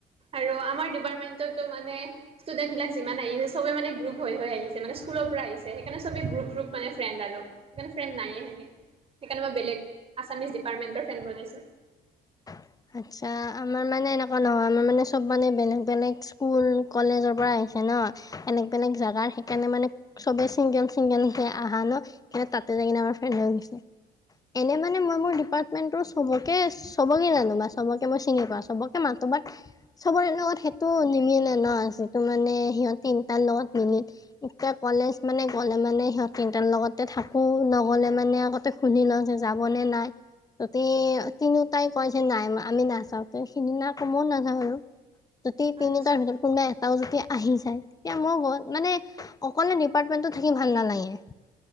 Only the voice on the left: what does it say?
হয়। আচ্ছা আমাৰ মানে এনেকুৱা নহয় আমাৰ মানে চব মানে বেলেগ বেলেগ স্কুল কলেজৰ পৰা আহিছে ন এনেক বেলেগ জোগাৰ সেইকাৰণে মানে চবে চিংগল চিংগল সে আহা ন কিন্তু তাতে ফ্ৰেণ্ড হৈ গৈছে এইনেই মানে মই মোৰ দিপাৰ্মেন্তৰ চৱকে চবকে জানো বা চবকে মই চিনি পাওঁ চবকে মাতো বাত চবৰে লগত সেইটো নিমিলে ন যিটো মানে সিহঁত তিনিটাৰ লগত মিলিল এতিয়া কলেজ মানে গ'লে মানে সিহঁত তিনটাৰ লগত তাতে থাকো নহলে মানে আগতে শুধ লওঁ যে যাব নে নাই তাতে তিনি টাইপ কই যে নাই আমি নাচাওঁতে সেইদিনা কবও নাযাওঁ আৰু যদি তিনিটাৰ
ভিতৰত কোনোবা এটাও যদি আহি যাই তেতিয়া মই গ মানে অকলে ডিপাৰ্টমেন্টটো থাকি ভাল নালাগে